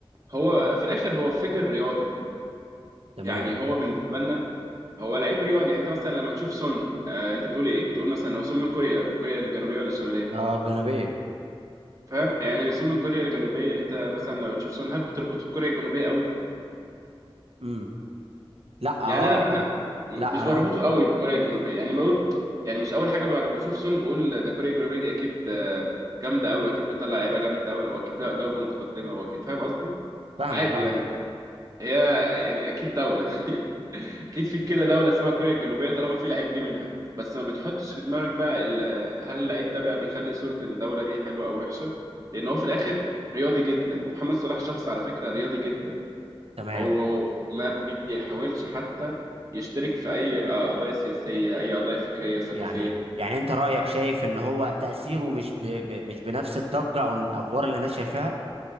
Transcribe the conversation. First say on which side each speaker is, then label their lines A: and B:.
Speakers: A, on the right; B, on the right.
A: هو في الاخر هو فيجر رياضي
B: تمام
A: يعني هو بالنسبه لنا هو لعيب رياضي يعني انت مثلا لما تشوف سون آه انت بتقول ايه بتقول مثلا هو سون من كوريا كوريا الجنوبيه ولا الشماليه
B: اه الجانبيه
A: فاهم يعني رسوم من كوريا الجنوبيه انت مثلا لو تشوف سون هاب بتربطه بكوريا الجنوبيه قوي
B: امم لا اه
A: يعني انا بقى
B: اه
A: انا
B: آه. لا
A: مش
B: انا
A: بربطه قوي بكوريا الجنوبيه يعني بقول يعني مش اول حاجه بعد ما بشوف سون بقول ده كوريا الجنوبيه دي اكيد آه، جامده قوي اكيد بتطلع لعيبه جامده قوي او اكيد دوله متقدمه او اكيد فاهم قصدي
B: فاهمك
A: عادي
B: اه
A: يعني هي يعني اكيد دوله <laughs> اكيد في كده دوله اسمها كوريا الجنوبيه طالما في لعيب جه منها بس ما بتحطش في دماغك بقى ال- هل اللعيب ده بقى بيخلي صوره الدوله دي حلوه او وحشه لان هو في الاخر رياضي جدا محمد صلاح شخص على فكره رياضي جدا
B: تمام
A: هو ما بيحاولش حتى يشترك في اي آه، قضايا سياسيه اي قضايا فكريه ثقافيه
B: يعني يعني انت رأيك شايف ان هو تأثيره مش ب... ب... مش بنفس الضجة او الافوار اللي الناس شايفاها